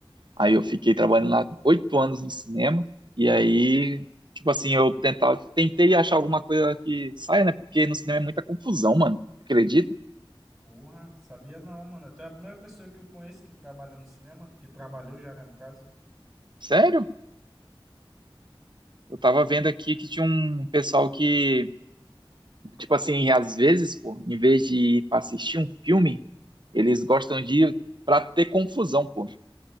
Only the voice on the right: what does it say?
Aí eu fiquei trabalhando lá oito anos no cinema. E aí, tipo assim, eu tentava, tentei achar alguma coisa que saia, né? Porque no cinema é muita confusão, mano. Acredita?
Sério? Eu tava vendo aqui que tinha um pessoal que Tipo assim, às vezes, pô, em vez de ir pra assistir um filme, eles gostam de ir pra ter confusão, pô.